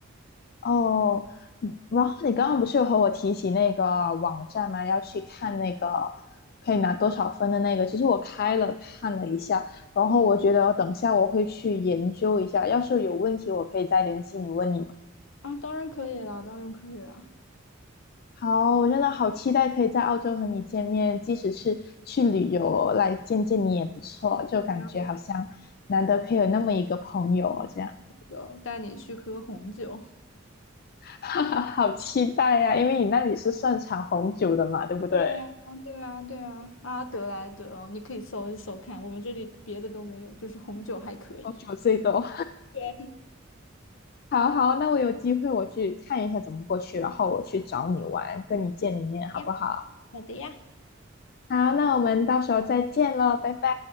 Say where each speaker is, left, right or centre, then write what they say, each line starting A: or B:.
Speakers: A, on the left (about 50°); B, on the left (about 70°).
A: 哦，嗯然后你刚刚不是有和我提起那个网站吗？要去看那个可以拿多少分的那个。其实我开了看了一下，然后我觉得等一下我会去研究一下。
B: 嗯
A: 要是有问题，我可以再联系你问你嘛。
B: 啊，当然可以啦，当然可以啦。
A: 好，我真的好期待可以在澳洲和你见面，即使是去旅游来见见你也不错，就感觉好像难得可以有那么一个朋友哦这样，
B: 然后就带你去喝红酒。
A: <laughs> 哈哈，好期待呀、因为你那里是盛产红酒的嘛，对不对？
B: 对啊，对啊，对啊，阿德莱德哦，你可以搜一搜看，我们这里别的都没有，就是红酒还可以。
A: 红酒最多。
B: 对
A: 好好，那我有机会我去看一下怎么过去，然后我去找你玩，跟你见一面，好不好？
B: 呀，好的呀。
A: 好，那我们到时候再见喽，拜拜。